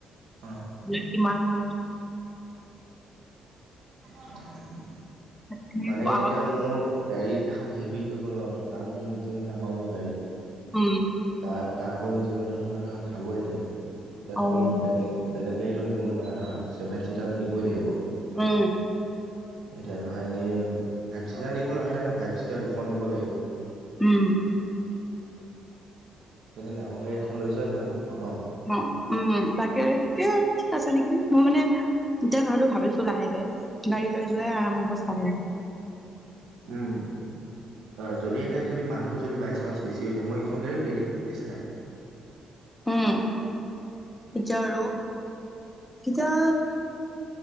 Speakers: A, on the right; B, in the centre.
A: অ।
B: ৰেত কিমান হয়
A: <unintelligible>
B: এনে
A: মানে
B: আগত
A: এতিয়া মোৰ গাড়ীৰ কেইখন হেভি হৈ গ'ল ন কাৰণ কি ইঞ্জিন ডাঙৰ মোৰ গাড়ী
B: উম
A: তাৰ তাৰ উপৰিও ইঞ্জিনতো তোমাৰ ধৰা খাবই তেল এতিয়া
B: অ',
A: তুমি বেলেগ বেলেগ গাড়ীটো নিব নোৱাৰা ধৰ ছেভেন চিটাৰটো নিবই লাগিব
B: উম
A: এতিয়া ধৰা এনেই ফাইভ চিটাৰ নিতো লাভ নাই ন ফাইভ চিটাৰ দুখন নিব লাগিব
B: উম
A: সেয়ে ডাঙৰ গাড়ী এখন লৈ যোৱাই ভাল ন
B: অ উম তাকে সেইটোয়ে ঠিক আছে নেকি মই মানে এতিয়া ঘৰতো ভাবিছো লাহেকে গাড়ী লৈ যোৱাই আৰাম হ'ব চাগে
A: উম অ যদি এনে যদি মানুহ যদি বাই চেন্স বেছি হৈ যায় মই এইখন গাড়ী উলিয়াইম দিম ৰিছ নাই
B: উম এতিয়া আৰু এতিয়া